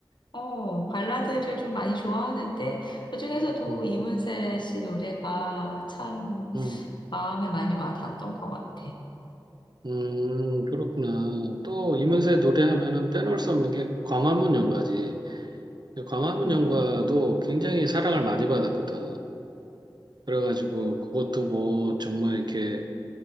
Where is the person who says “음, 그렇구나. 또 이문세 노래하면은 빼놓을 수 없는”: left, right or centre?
Right